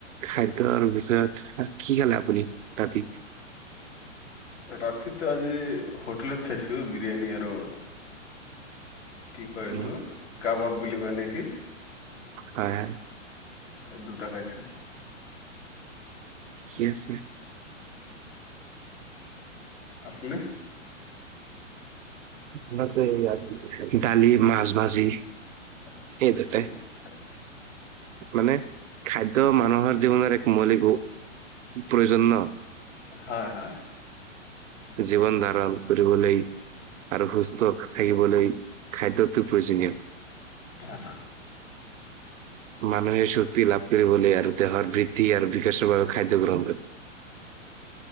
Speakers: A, on the right (about 75°); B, on the left (about 70°).
A: খাদ্যৰ বিষয়ত, কি খালে আপুনি ৰাতি?
B: ৰাতিতো আজি হোটেলত খাইছোঁ, বিৰিয়ানী আৰু কি কয়
A: উম,
B: এইটো, কাবাব বুলি কয় নেকি।
A: হয়, হয়।
B: এই দুটা খাইছোঁ।
A: ঠিকে আছে।
B: আপুনি?
A: <unintelligible> ডালি, মাছ ভাজি।
B: <unintelligible>
A: সেই দুটাই মানে খাদ্য মানুহৰ জীৱনৰ এক মৌলিক প্ৰয়োজন নহ!
B: হয়, হয়।
A: জীৱন ধাৰণ কৰিবলেই আৰু সুস্থ থাকিবলৈ খাদ্যটো প্ৰয়োজনীয়।
B: অহ।
A: মানুহে চক্তি লাভ কৰিবলে আৰু দেহৰ বৃদ্ধি আৰু <unintelligible> খাদ্য গ্ৰহণ। <unintelligible>